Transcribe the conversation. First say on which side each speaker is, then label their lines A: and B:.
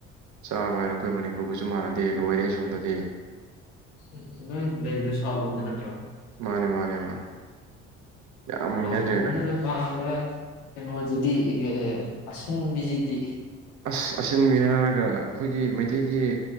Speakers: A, on the right (about 55°); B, on the left (about 75°).
A: ꯆꯥꯕ ꯍꯥꯏꯔ ꯑꯩꯈꯣꯏ ꯃꯅꯤꯄꯨꯔꯒꯁꯨ ꯃꯥꯟꯅꯗꯦ ꯂꯣꯏꯔꯦ ꯁꯣꯝꯗꯗꯤ
B: ꯎ ꯎ ꯂꯩꯗ ꯁꯥꯂꯣꯝꯗ ꯅꯠꯇ꯭ꯔꯣ
A: ꯃꯥꯅꯦ ꯃꯥꯅꯦ ꯃꯥꯅꯦ ꯌꯥꯝ
B: ꯍꯟꯅ
A: ꯍꯩꯅꯗ꯭ꯔꯦꯗ
B: ꯆꯄꯥꯥꯡꯝꯕ ꯀꯩꯅꯣꯁꯤꯗꯤ ꯑꯟꯕꯤꯁꯤꯗꯤ
A: ꯑꯁ ꯑꯁꯤꯟꯕꯤ ꯍꯥꯏꯔꯒ ꯑꯩꯈꯣꯏꯒꯤ ꯃꯩ ꯑꯇꯩꯒꯤ